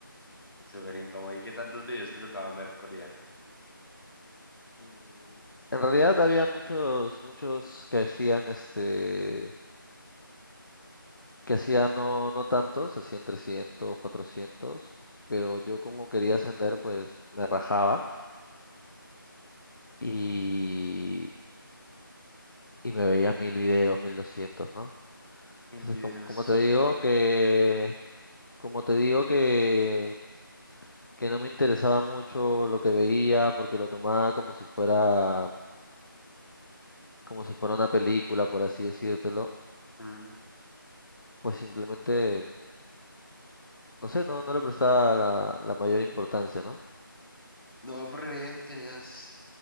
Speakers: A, on the left; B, on the left.
A: súper incómodo. ¿Y qué tantos videos te tocaban ver por día?
B: Mm, En realidad había muchos, muchos que hacían este, que hacían no, no tantos, hacían 300 cuatrocientos pero yo como quería ascender, pues me rajaba y, y me veía mil videos, mil doscientos ¿no?
A: Mil
B: Entonces,
A: videos.
B: como, como te digo que, como te digo que, que no me interesaba mucho lo que veía porque lo tomaba como si fuera, como si fuera una película, por así decírtelo,
A: mm.
B: pues simplemente No sé, no, no le prestaba la, la mayor importancia, ¿no?
A: No, por re bien, tenías,